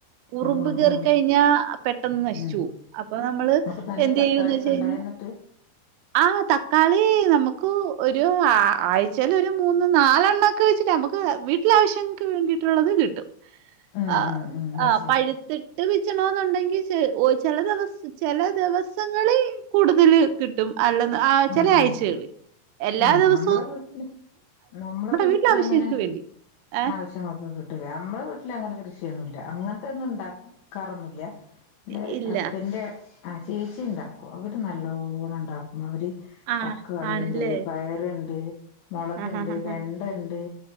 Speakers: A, on the right; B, on the left.
A: ഉറുമ്പ്
B: ആഹ്
A: കേറി
B: ആഹ്
A: കഴിഞ്ഞാ പെട്ടെന്ന് നശിച്ചുപോവും.
B: ഉം
A: അപ്പൊ നമ്മള്
B: അപ്പൊ നല്ല
A: എന്ത്
B: തക്കാളിയൊക്കെ
A: ചെയ്യൂന്ന് വച്ച് കഴിഞ്ഞാ
B: ഇണ്ടായന്നിട്ട്
A: ആ ഹ് തക്കാളി നമുക്ക് ഒര് <unintelligible> ആഴ്ച്ചേല് ഒര് മൂന്ന്, നാലെണ്ണക്കെ വെച്ചിട്ട് അമക്ക് വീട്ടിലാവശ്യങ്ങ്ക്ക് വേണ്ടിയിട്ടുള്ളത് കിട്ടും.
B: ഉം
A: ആഹ്
B: ഉം ഉം അത്
A: ആഹ്.
B: ശരി
A: പഴുത്തിട്ട് പിച്ചണോന്നുണ്ടെങ്കി ചെ ഒ ചില ദിവസ ചില ദിവസങ്ങളി കൂടുതൽ കിട്ടും. അല്ലെന്ന് ആ
B: ഉം
A: ചില ആഴ്ചകളി
B: ഉം
A: എല്ലാ
B: ഉം
A: ദിവസ
B: നമ്മളെ വീട്ട്ല്, നമ്മളെ വീട്ടില്
A: വീട്ടിലാവശ്യങ്ങൾക്ക്
B: അങ്ങനെ
A: വേണ്ടി. ഏഹ്
B: ആവശ്യങ്ങൊക്കെ കിട്ടുലേ നമ്മളെ വീട്ടിൽ അങ്ങനെ കൃഷിയൊന്നും ഇല്ല അങ്ങൻത്തെന്നും ണ്ടാക്കാറൊന്നുല്ല. എന്റെ
A: ഇ ഇല്ല.
B: ഹസ്ബന്റെ ആ ചേച്ചി ഇണ്ടാക്കും. അവര് നല്ലോണം ഇണ്ടാക്കും. അവര്
A: ആഹ്
B: തക്ക്വടെണ്ട്,
A: ആണല്ലേ?
B: പയറ്ണ്ട്. മൊളക്ണ്ട്,
A: ആഹാഹാഹാ
B: വെണ്ടണ്ട്.